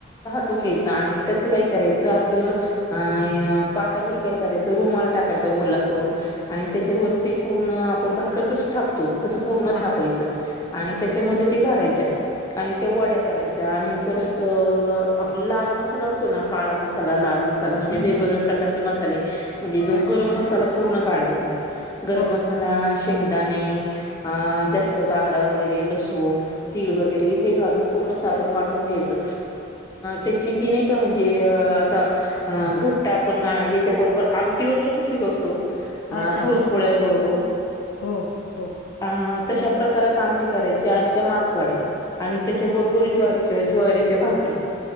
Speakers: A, on the left; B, on the left.
A: ून घ्यायचं आणि त्याचं काय करायचं आपलं अ पाटावर काय करायचं रुमाल टाकायचा ओला करून आणि त्याच्यावर
B: अच्छा
A: ते पूर्ण आपण भाकर कशी थापतो तसं पूर्ण
B: हा
A: थापायचं आणि
B: अच्छा
A: त्याच्यामध्ये भरायच्या आणि त्या वड्या करायच्या आणि परत आपला लाल मसाला असतो ना काळा मसा मसाला लाल मसाला म्हणजे वेगवेगळ्या प्रकारचे मसाले म्हणजे जो
B: अच्छा
A: गरम
B: हा
A: मसाला
B: हा.
A: पूर्ण काढायचा गरम
B: हो
A: मसाला शेंगदाणे अ जास्त कांदा वगैरे लसूण तीळ वगैरे हे घालून पूर्ण सारण वाटून घ्यायचं त्या ती नाही का म्हणजे घट्टा आपण याच्याबरोबर आमटी वगैरे कशी करतो अ
B: अच्छा
A: पुरमपोळ्या
B: हो हो
A: बरोबर
B: हो हो
A: अ तशा प्रकारात आमटी करायची आणि त्या मासवाड्या आणि त्याच्याबरोबर
B: अच्छा.
A: ज्वारीच्या ज्वारीच्या भाात